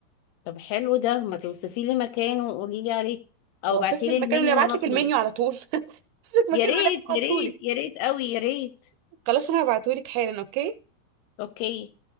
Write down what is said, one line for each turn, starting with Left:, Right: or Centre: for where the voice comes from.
Left: طب حلو ده ما توصفي لي مكانه وقولي لي عليه او
Right: واوصف
Left: ابعتي
Right: لك
Left: لي المنيو
Right: مكانه اللي ابعت
Left: وانا
Right: لك
Left: اطلب
Right: المنيو على طول <laughs> اوصف لك مكانه
Left: يا ريت
Right: اللي ابعته
Left: يا ريت
Right: لك
Left: يا ريت قوي يا ريت
Right: خلاص انا هبعته لك حالا اوكي
Left: اوكي